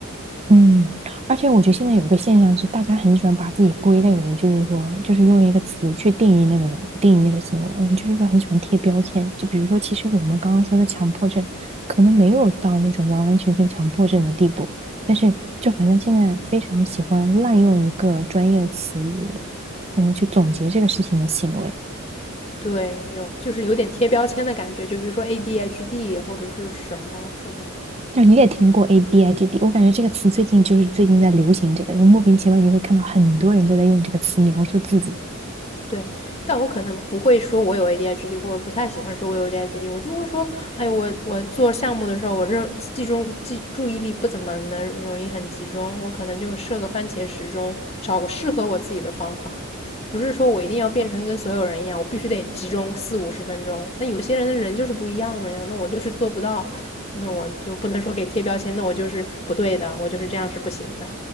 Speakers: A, on the right; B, on the left.
A: 嗯，而且我觉得现在有一个现象是，大家很喜欢把自己归类为，就是说，就是用一个词去定义那个人，定义那个行为，就是说很喜欢贴标签。就比如说，其实我们刚刚说的强迫症，可能没有到那种完完全全强迫症的地步，但是就好像现在非常喜欢滥用一个专业词语，然后去总结这个事情的行为。
B: 对，有就是有点贴标签的感觉，就比如说 ADHD 或者是什么什么，
A: 就你也听过 ABIGD，我感觉这个词最近就是最近在流行这个，然后莫名其妙你会看到很多人都在用这个词描述自己。
B: 对，但我可能不会说我有 ADHD，或者不太喜欢说我有 ADHD，我就会说，哎，我我做项目的时候，我认集中记注意力不怎么能容易很集中，我可能就设个番茄时钟，找个适合我自己的方法，不是说我一定要变成跟所有人一样，我必须得集中四五十分钟。那有些人的人就是不一样的呀，那我就是做不到，那我就不能说给贴标签，那我就是不对的，我就是这样是不行的。